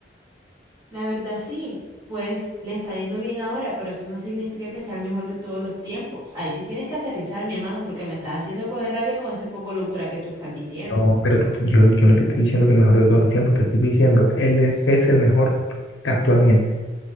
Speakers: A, on the right; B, on the left.
A: La verdad sí, pues le está yendo bien ahora, pero eso no significa que sea el mejor de todos los tiempos. Ahí sí tienes que aterrizar, mi hermano, porque me estás haciendo coger rabia con ese poco locura que tú estás diciendo.
B: No, pero te- yo, yo no te estoy diciendo que el mejor de todos los tiempos, te estoy diciendo, él es, es el mejor actualmente.